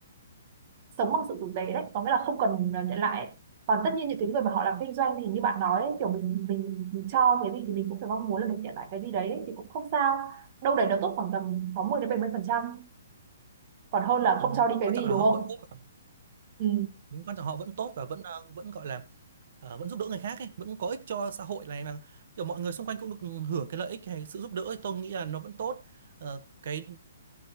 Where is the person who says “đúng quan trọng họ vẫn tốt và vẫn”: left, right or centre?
Right